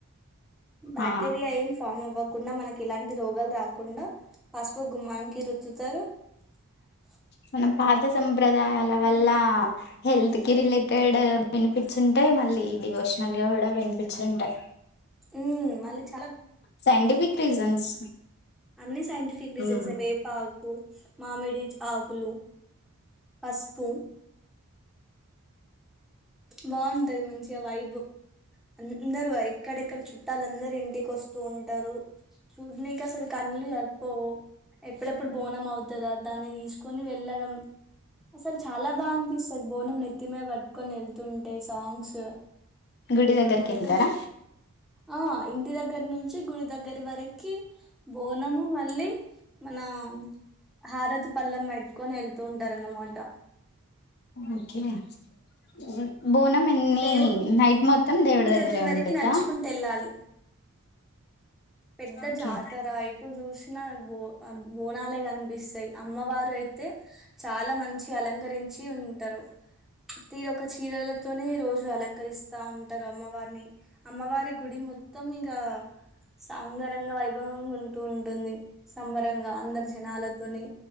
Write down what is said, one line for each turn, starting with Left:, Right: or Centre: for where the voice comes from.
Centre: బాక్టీరియా
Left: ఆ
Centre: ఏం ఫామ్ అవ్వ కుండా మనకి ఇలాంటి దయచేసి ఆడియోను వినండి మరియు ముందే నింపిన ట్రాన్స్క్రిప్షన్ సరిదిద్దండి. అవసరమైన చోట ట్యాగ్‌లను జోడించండి. పైన పేర్కొన్న వెర్బాటిమ్ ట్రాన్స్‌క్రిప్షన్ మార్గదర్శకాలను పాటిస్తున్నారని నిర్ధారించుకోండి.
Left: మనం పాత సంప్రదాయాల వల్ల. హెల్త్ కి రిలేటెడ్ బెనిఫిట్స్ ఉంటాయి. మళ్లీ డివోషనల్ కూడా బెనిఫిట్స్ ఉంటాయి.
Centre: ఉమ్ మళ్లీ చెప్.
Left: సైంటిఫిక్ రీజన్స్
Centre: అన్ని సైంటిఫిక్ రీజన్స్
Left: మ్మ్
Centre: ఏ వేపాక్ కు మామిడి ఆకులు పసుపు బావుంటది మంచిగా వైబ్ అందరూ ఎక్కడెక్కడ చుట్టాలు అందరూ ఇంటికి వస్తు ఉంటరూ చూడ్నీకి అసలు కన్నులు సరిపోవు ఎప్పుడెప్పుడు బోనం అవుతదా దాన్ని తీసుకొని వెళ్ళడం అసలు చాలా బాగా అనిపిస్తది బోనం నెత్తి మీద పట్ కొని వెళ్తుంటే సాంగ్స్
Left: గుడి దగ్గరికి
Centre: ఎటు
Left: వెళ్తారా
Centre: ఆ ఇంటి దగ్గర నుం వచ్చి గుడి దగ్గర వరక్ కీ బోనము మళ్ళీ మనా హారతి పళ్లం పెట్టుకొని వెళ్తూ ఉంటారన్నమాట
Left: ఓకే హుమ్ బోనం ఎన్ని
Centre: దేవు
Left: నైట్ మొత్తం దేవుడి దగ్గరే
Centre: దగ్గర
Left: ఉండిద్దా
Centre: వరకి నడుచుకుంటూ వెళ్ళాలి పెద్ద
Left: ఓకే
Centre: జాతర ఎటు చూసిన బో బోనాలే కనిపిస్తాయి అమ్మవారు అయితే చాలా మంచి అలంకరించి ఉంటారు తీరు ఒక చీరలతోనీ రోజు అలంకరిస్ స్తా ఉంటారు అమ్మవారిని అమ్మవారి గుడి మొత్తం ఇక సౌందరంగా వైభవంగా ఉన్ టు ఉంటుంది సంబరంగా అందరు జనాలతోని